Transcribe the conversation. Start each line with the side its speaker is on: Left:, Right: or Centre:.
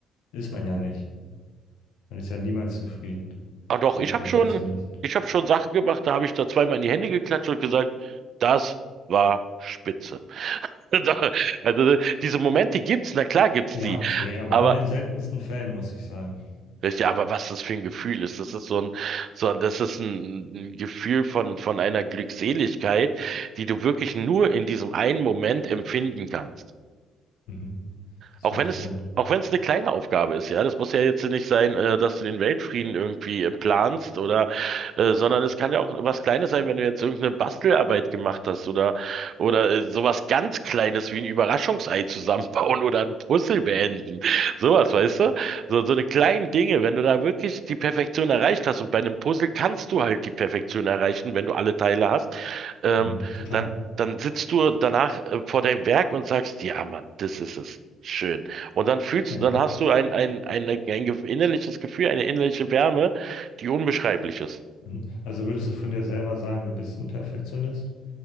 Left: Ist man ja nicht. Man ist ja niemals zufrieden
Right: Ah doch,
Left: als
Right: ich
Left: Perfektionist.
Right: habe schon, ich habe schon Sachen gemacht, da habe ich da zweimal in die Hände geklatscht und gesagt, das war spitze. <laughs> Doch, Also diese Momente gibt's, na klar gibt's
Left: Ja,
Right: die.
Left: okay, aber
Right: Aber
Left: in den seltensten Fällen muss ich sagen.
Right: weißt du, aber was das für ein Gefühl ist, das ist so ein, so ein, das ist ein, ein Gefühl von von einer Glückseligkeit, die du wirklich nur in diesem einen Moment empfinden kannst.
Left: Mhm. Das
Right: Auch
Left: macht
Right: wenn es,
Left: Sinn.
Right: auch wenn es eine kleine Aufgabe ist, ja. Das muss ja jetzt nicht sein, äh, dass du den Weltfrieden irgendwie äh, planst oder, äh, sondern es kann ja auch was Kleines sein, wenn du jetzt irgendeine Bastelarbeit gemacht hast oder, oder äh, sowas ganz Kleines wie ein Überraschungsei zusammenbauen oder ein Puzzle beenden. Sowas, weißt du? So, so eine kleinen Dinge, wenn du da wirklich die Perfektion erreicht hast und bei einem Puzzle kannst du halt die Perfektion erreichen, wenn du alle Teile hast. Ähm,
Left: Mhm. Total.
Right: dann, dann sitzt du danach äh, vor deinem Werk und sagst, ja, Mann, das ist es. Schön. Und dann fühlst
Left: <laughs>
Right: du, dann hast du ein, ein, ein, ein ge- innerliches Gefühl, eine innerliche Wärme, die unbeschreiblich ist.
Left: Mhm. Also würdest du von dir selber sagen, du bist ein Perfektionist?